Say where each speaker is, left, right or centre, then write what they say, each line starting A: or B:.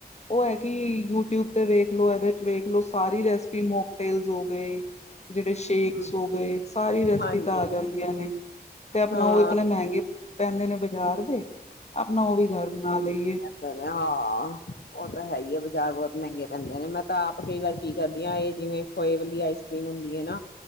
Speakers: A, on the left; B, on the left.
A: ਉਹ ਹੈ ਕਿ ਯੂਟਿਊਬ ਤੇ ਵੇਖ ਲੋ ਇਹਦੇ ਚ ਵੇਖ ਲੋ। ਸਾਰੀ ਰੈਸਪੀ ਮੁ ਟੇਲਸ ਹੋ ਗਏ ਜਿਹੜੇ ਸ਼ੇਕਸ
B: ਹੂੰ
A: ਹੋ ਗਏ। ਸਾਰੀ ਰਸਪੀ
B: ਹਾਂਜੀ
A: ਤਾਂ ਆ ਜਾਂਦੀਆਂ ਨੇ ਤੇ ਆਪਣਾ
B: ਹਾਂ
A: ਉਹ ਇਤਨੇ ਮਹਿੰਗੇ ਪੈਂਦੇ ਨੇ ਬਾਜ਼ਾਰ ਦੇ ਆਪਣਾ ਉਹ ਵੀ ਘਰ ਬਣਾ ਲਈਏ।
B: ਸਰੇ ਹਾਂ। ਉਹ ਤਾਂ ਹੈ ਹੀ ਆ, ਬਾਜ਼ਾਰ ਬਹੁਤ ਮਹਿੰਗੇ ਪੈਂਦੇ ਨੇ, ਮੈਂ ਤਾਂ ਆਪ ਕਈ ਵਾਰ ਕੀ ਕਰਦੀ ਆਂ, ਇਹ ਜਿਵੇਂ ਖੋਏ ਵਾਲੀ ਆਈਸ ਸੇਮ ਹੁੰਦੀ ਆ ਏਨਾ